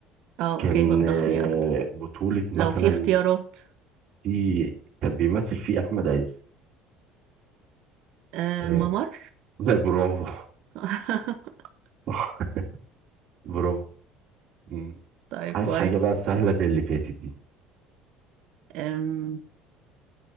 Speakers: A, on the right; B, on the right.
A: اه
B: كان
A: اوكي وضح
B: آه،
A: لي اكتر
B: بطوله مثلا
A: لو في اختيارات
B: في كان بيمثل فيه احمد عز
A: آه
B: آه،
A: الممر
B: <laughs> برافو
A: <laughs>
B: صح برافو مم.
A: طيب
B: عايز
A: كويس
B: حاجة بقى سهلة زي اللي فاتت دي
A: أم.